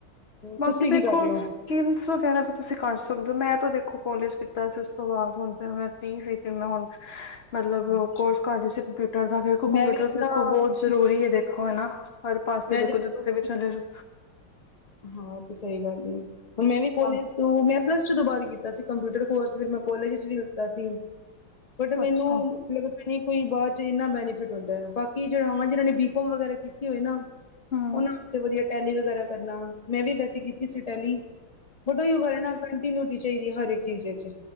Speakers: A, on the left; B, on the left.
A: ਬਾਕੀ
B: ਤੁਸੀਂ
A: ਦੇਖੋ
B: ਕੀ ਕਰ ਰਹੇ ਹੋ
A: ਕੀਵਸ ਵਗੈਰਾ ਵੀ ਤੁਸੀਂ ਕਾਰ ਸਕਦੇ ੳ। ਮੈਂ ਤਾਂ ਦੇਖੋ ਕੋਲਜ ਕੀਤਾ ਸੀ ਉਸ ਤੋਂ ਬਾਦ ਹੁਨ ਫੇਰ ਮੈਂ ਫ੍ਰੀ ਸੀ ਕਿ ਮੈਂ ਹੁਨ
B: <inaudible>
A: ਮਤਲਬ
B: ਅੱਛਾ,
A: ਕੋਰਸ ਕਰ ਰੀ ਸੀ ਕੰਪਿਊਟਰ ਦਾ ਦੇਖੋ, ਕੰਪਿਊਟਰ
B: ਮੈਂ ਵੀ ਆਪਣਾ
A: ਦੇਖੋ ਬੋਤ ਜਰੂਰੀ ਐ ਦੇਖੋ। ਕੋਈ ਨਾ ਹਰ ਪਾਸੇ
B: ਮੈਂ
A: ਦੇਖੋ,
B: ਜਦੋਂ
A: ਜਿੱਥੇ ਵੀ ਚਲੇ ਜਾਉ
B: ਹਾਂ, ਉਹ ਤੇ ਸਈ ਗੱਲ ਐ ਹੁਣ ਮੈਂ ਵੀ ਕੋਲੇਜ
A: ਹਾਂ,
B: ਤੂੰ ਪਲੱਸ ਟੁ ਤੋਂ ਬਾਦ ਕੀਤਾ ਸੀ ਕੰਪਿਊਟਰ ਕੋਰਸ, ਫੇਰ ਮੈਂ ਕੋਲਜ ਚ ਵੀ ਲਿੱਤਾ ਸੀ। ਬਟ, ਮੈਨੂੰ
A: ਅੱਛਾ।
B: ਲਗ ਬਈ ਕੋਈ ਬਾਦ ਚ ਇੰਨਾ ਬੈਨੀਫਿਟ ਹੁੰਦਾਏ ਬਾਕੀ ਜਿਨ੍ਹਾਂ ਨੇ ਹਾਂ, ਜਿਨਾਂ ਨੇ ਬੀਕੋਮ ਵਗੈਰਾ ਕੀਤੀ ਹੋਏ ਨਾ
A: ਹੂੰ,
B: ਉਹਨਾਂ ਵਾਸਤੇ ਵਧੀਆ ਟੈਲੀ ਵਗੈਰਾ ਕਰਨਾ, ਮੈਂ ਵੀ ਵੈਸੇ ਕੀਤੀ ਸੀ ਟੈਲੀ। ਬਟ ਓਈਓ ਗੱਲਾਂ ਏ ਨਾਂ ਕੰਟੀਿਨਿਊਟੀ ਹੋਣੀ ਚਾਈਦੀ ਹਰ ਏਕ ਚੀਜ ਚ।